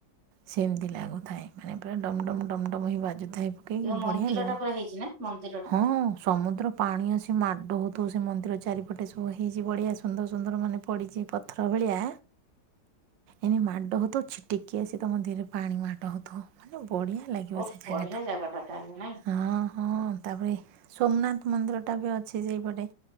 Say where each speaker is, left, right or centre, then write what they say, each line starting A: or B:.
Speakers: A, on the right; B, on the right.
A: ସେମିତି ଲାଗୁଥାଏ ମାନେ ପୁରା ଡମ୍ ଡମ୍ ଡମ୍ ଡମ୍ ହୋଇ ବାଜୁଥାଏ। କାଇଁ
B: ଯୋଉ ମନ୍ଦିର
A: ବଢିଆ ଲାଗେ
B: ଟା ପୁରା ହେଇଚି ନା ମନ୍ଦିର ଟା
A: ହଁ। ସମୁଦ୍ର ପାଣି ଆସି ମାଡ ହେଉଥିବ ସେ ମନ୍ଦିର ଚାରିପଟେ ସବୁ ହେଇଛି ବଢ଼ିଆ ସୁନ୍ଦର ସୁନ୍ଦର ମାନେ ପଡ଼ିଛି। ପଥର ଭଳିଆ।
B: <inaudible>
A: ଏନେ ମାଡ ହେଉଥିବ ଛିଟିକି ଆସି ତମ ଦିହରେ ପାଣି ମାଡ ହେଉଥିବ ମାନେ ବଢ଼ିଆ। ଲାଗିବ
B: ଓଃ
A: ସେ ଜାଗା
B: ବଢିଆ
A: ଟା
B: ତାହେଲେ ନାଇଁ।
A: ହଁ। ହଁ ତାପରେ ସୋମନାଥ ମନ୍ଦିରଟା ବି ଅଛି ସେଇପଟେ।